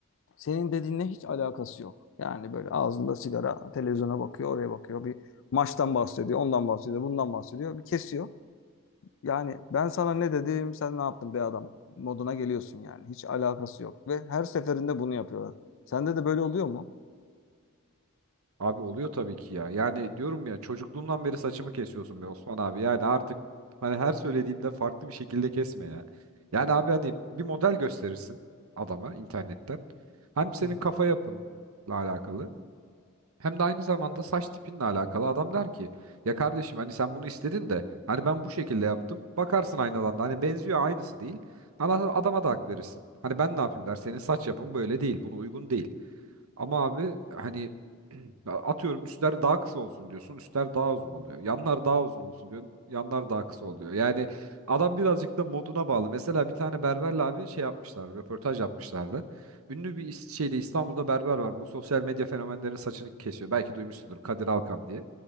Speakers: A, on the left; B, on the right.
A: Senin dediğinle hiç alakası yok. Yani böyle ağzında sigara, televizyona bakıyor, oraya bakıyor. Bir maçtan bahsediyor, ondan bahsediyor, bundan bahsediyor. Bir kesiyor. Yani ben sana ne dedim, sen ne yaptın be adam moduna geliyorsun yani. Hiç alakası yok ve her seferinde bunu yapıyorlar. Sende de böyle oluyor mu?
B: Abi oluyor tabii ki ya. Yani diyorum ya çocukluğumdan beri saçımı kesiyorsun be Osman abi. Yani artık hani her söylediğimde farklı bir şekilde kesme ya. Yani abi hani bir model gösterirsin adama internetten. Hem senin
A: Hı hı.
B: kafa yapınla alakalı. Hem de aynı zamanda saç tipinle alakalı. Adam der ki ya kardeşim hani sen bunu istedin de hani ben bu şekilde yaptım. Bakarsın aynadan da hani benziyor aynısı değil. Ana- Adama da hak verirsin. Hani ben ne yapayım der senin saç yapın böyle değil buna uygun değil. Ama abi hani <clears throat> atıyorum üstler daha kısa olsun diyorsun. Üstler daha uzun oluyor. Yanlar daha uzun olsun diyorsun. Yanlar daha kısa oluyor. Yani adam birazcık da moduna bağlı. Mesela bir tane berberle abi şey yapmışlar. Röportaj yapmışlardı. Ünlü bir is- şeyde İstanbul'da berber var. Bu sosyal medya fenomenlerinin saçını kesiyor. Belki duymuşsundur Kadir Alkan diye.